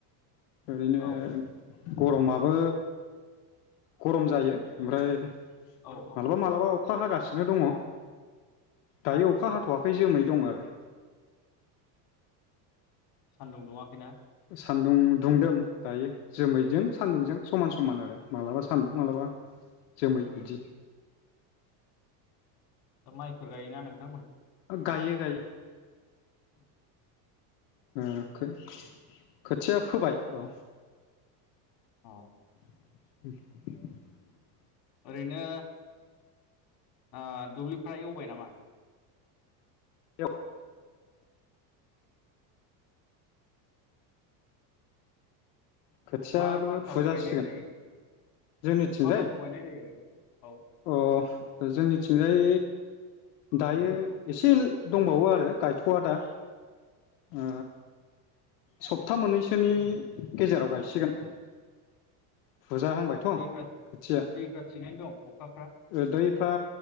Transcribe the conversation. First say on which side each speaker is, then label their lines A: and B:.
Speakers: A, on the left; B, on the left.
A: ओरैनो
B: औ
A: गरमाबो गरम जायो ओमफ्राय
B: औ औ
A: मालाबा मालाबा अ खा हागासिनो दङ। दायो
B: औ
A: अखा हाथ'वा खै जोमै दं आरो।
B: सान्दुं दुङाखैना?
A: सान्दुं दुंदों दायो जोमैजों सान्दुंजों समान समान आरो मालाबा सान्दुं माबलाबा जोमै बिदि।
B: माइफोर गायोना नोंथांमोन?
A: गायो गायो।
B: उम
A: ओ खो खोथिया फोबाय औ।
B: औ
A: <inaudible>
B: ओरैनो ओ दुब्लिफ्रा एवबाय नामा?
A: बेयाव खोथियाबो
B: मा मासाव
A: फुजासिगोन
B: गायनाय जायो
A: जोंनिथिंजाय
B: मा मासाव गायनाय जायो ओरैनो? औ
A: अ जोंनिथिंजाय दायो एसे दंबावो आरो गायथ'वा दा ओ सप्ता मोननैसोनि गेजेराव गायसिगोन। फुजाहांबायथ'
B: दैफ्रा
A: खोथिया
B: दैफ्रा थिगैनो दं अखाफ्रा
A: दैफ्रा